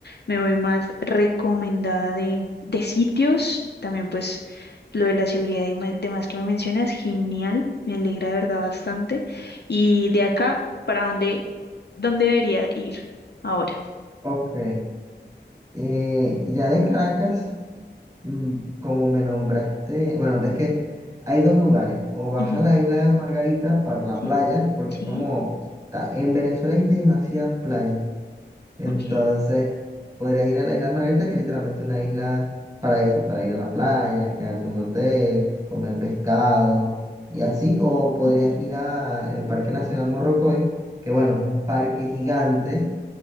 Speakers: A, on the left (about 65°); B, on the right (about 20°).
A: me voy más recomendada de, de sitios. También pues lo de la seguridad y ma- demás que me mencionas, genial. Me alegra de verdad bastante. Y de acá, ¿para dónde, dónde debería ir ahora?
B: Ok. Eh, ya de Caracas. mm, como me nombraste, bueno, es que hay dos lugares, o vas
A: Ujú,
B: a la isla de Margarita para la
A: Sí,
B: playa, porque
A: sí,
B: es como, ta- en Venezuela hay demasiadas playas, entonces
A: ok.
B: podrías ir a la isla de Margarita, que es literalmente una isla para eso, para ir a la playa, quedarte en un hotel, comer pescado y así, o podrías
A: ujú,
B: ir al Parque Nacional Morrocoy, que bueno, es un parque gigante